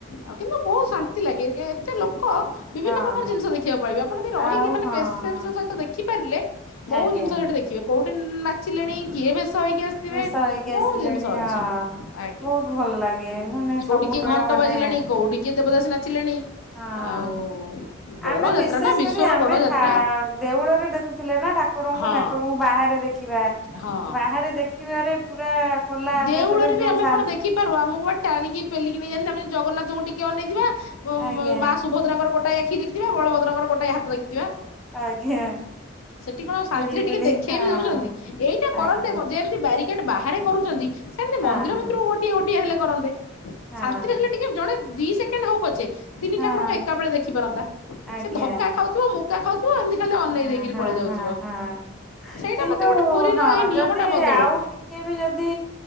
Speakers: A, on the left; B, in the centre.
A: ଆଉ କିନ୍ତୁ ବହୁତ ଶାନ୍ତି ଲାଗେ ଏତେ ଲୋକ ବିଭିନ୍ନ
B: ହଁ
A: ପ୍ରକାର
B: ହଁ।
A: ଜିନିଷ ଦେଖିବାକୁ ପାଇବେେ ଆପଣ ଯଦି ରହିକି
B: ଆଉ
A: ମାନେ
B: ହଁ
A: ପେସେନ୍ସ ର ସହିତ ଦେଖିପାରିଲେ ବହୁତ
B: ଆଜ୍ଞା
A: ଜିନିଷ ଦେଖିବେ କୋଉଠି ନାଚିଲେଣି କିଏ ବେଶ ହେଇକି ଆସିଥିବେ
B: ବେଶ ହେଇକି ଆସିଲେଣି
A: ବହୁତ ଜିନିଷ ଅଛି।
B: ହଁ।
A: ଆଜ୍ଞା
B: ବହୁତ ଭଲ ଲାଗେ ମାନେ
A: କୋଉଠି
B: ସବୁଆଡେ
A: କିଏ ଘଣ୍ଟ
B: ମାନେ
A: ବାଜିଲାଣି କୋଉଠି କିଏ ଦେବଦାସୀ ନାଚିଲେଣି। ଆଉ
B: ହଁ।
A: ବଡ
B: ଆମେ
A: ଯାତ୍ରା
B: ବିଶେଷ
A: ନା ବିଶ୍ଵର
B: କରି ଆମେ
A: ବଡ ଯାତ୍ରା।
B: ଠା ଦେଉଳରେ ଦେଖୁଥିଲେ ନା ଠାକୁରଙ୍କୁ
A: ହଁ
B: ଠାକୁରଙ୍କୁ ବାହାରେ ଦେଖିବା।
A: ହଁ
B: ବାହାରେ ଦେଖିବରେ ପୁରା ଖୋଲା ଆକାଶରେ
A: ଦେଉଳରେ ବି
B: ଯଉ
A: ଆମେ
B: ଶା
A: କଣ ଦେଖିପାରୁ ଆମକୁ ଟାଣିକି ପେଲିକି ନେଇଯାନ୍ତି ଆମେ ଜଗନ୍ନାଥଙ୍କୁ ଟିକେ ଅନେଇଥିବ
B: ଆଜ୍ଞା।
A: ମା ସୁଭଦ୍ରାଙ୍କର ଗୋଟା କି ଦେଖିଥିବା ବଳଭଦ୍ରକର ଗୋଟା ଏ ହାତ ଦେଖିଥିବା
B: ଆଜ୍ଞା।
A: ସେଠି କଣ ଶାନ୍ତିରେ
B: ପେଲି
A: ଟିକେ
B: ପେଲି
A: ଦେଖେଇ
B: ହଁ
A: ବିି ଦଉଛନ୍ତି ଏଇଟା କରନ୍ତେ
B: ଆଜ୍ଞା
A: ଯେମିତି ବ୍ୟାରିକେଡ ବାହାରେ କରୁଛନ୍ତି। ସେମିତି
B: ହଁ
A: ମନ୍ଦିର ଭିତରକୁ
B: ହଁ।
A: ଗୋଟିଏ ଗୋଟିଏ ହେଲେ କରନ୍ତେ
B: ହଁ
A: ଶାନ୍ତିରେ ହେଲେ ଟିକେ ଜଣେ ଦି ସେ ହଉ ପଛେ ତିନି
B: ହଁ
A: ଠାକୁରଙ୍କୁ ଏକା ବଳେ ଦେଖି ପାରନ୍ତା
B: ଆଜ୍ଞା
A: ସେ ଧକ୍କା ଖାଉଥିବ ମୁକା ଖାଉଥିବ ଏମିତି ଖାଲି େଇ
B: ହଁ
A: ଦେଇକରି
B: ହଁ
A: ପଳେଇ ଯାଉଥିବ
B: ହଁ ହଁ।
A: ସେଇଟା
B: କିନ୍ତୁ
A: ମତେ ଗୋଟେ ପୁରୀର
B: ହଁ
A: ଏଇ ନିୟମ
B: ଯଦି
A: ଟା ବଦଳଉନି।
B: ଆଉ ଟିକେ ବି ଯଦି